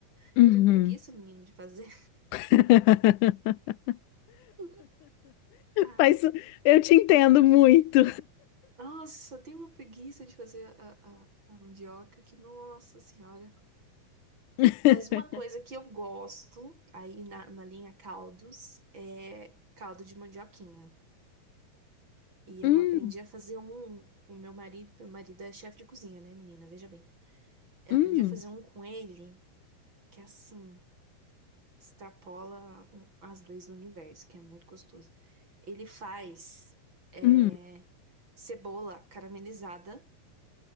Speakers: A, on the right (about 30°); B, on the left (about 70°).
A: Porque
B: Uhum.
A: eu tenho preguiça, menina, de fazer.
B: <laughs>
A: <laughs> Ah,
B: Mas eu te entendo muito.
A: nossa, eu tenho uma preguiça de fazer a, a, a mandioca que, nossa senhora.
B: <laughs>
A: Mas uma coisa que eu gosto aí na, na linha caldos é caldo de mandioquinha. E
B: Hum,
A: eu aprendi a fazer um com meu marido. Meu marido é chefe de cozinha, né, menina? Veja bem. Eu
B: hum,
A: aprendi a fazer um com ele que é assim. extrapola um, as leis do universo, que é muito gostoso. Ele faz é,
B: hum.
A: cebola caramelizada,